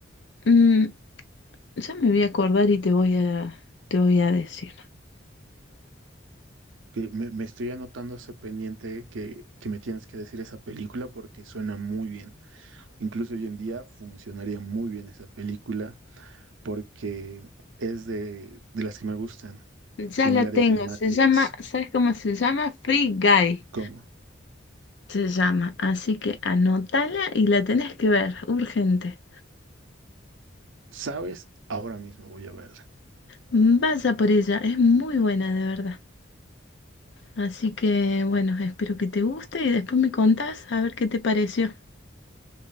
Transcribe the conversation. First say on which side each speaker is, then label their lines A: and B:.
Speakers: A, on the left; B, on the right.
A: mm, ya me voy a acordar y te voy a, te voy a decir.
B: Que me, me estoy anotando ese pendiente que, que me tienes que decir esa película porque suena muy bien. Incluso hoy en día funcionaría muy bien esa película porque es de, de las que me gustan,
A: Ya
B: similares
A: la tengo,
B: a Matrix.
A: se llama, ¿sabes cómo se llama? Free Guy.
B: ¿Cómo?
A: Se llama, así que anótala y la tenés que ver, urgente.
B: ¿Sabes? Ahora mismo voy a verla.
A: Vaya por ella, es muy buena de verdad. Así que bueno, espero que te guste y después me contás a ver qué te pareció.